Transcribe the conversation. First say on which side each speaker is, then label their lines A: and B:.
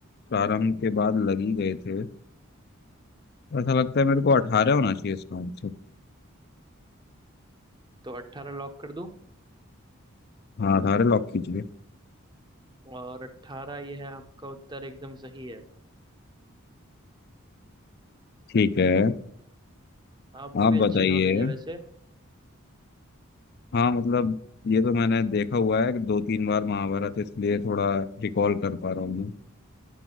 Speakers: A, on the left (about 50°); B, on the right (about 20°).
A: प्रारंभ के बाद लग ही गए थे ऐसा लगता है मेरे को अठारह होना चाहिए इसका आंसर
B: तो अट्ठारह लॉक कर दूं
A: हाँ अठारह लॉक कीजिए
B: और अट्ठारह ये है आपका उत्तर एकदम सही है
A: ठीक है
B: आपको
A: आप
B: भी अच्छी
A: बताइए
B: नॉलेज है वैसे
A: हाँ मतलब ये तो मैंने देखा हुआ है कि दो तीन बार महाभारत इसलिए थोड़ा रिकॉल कर पा रहा हूँ मैं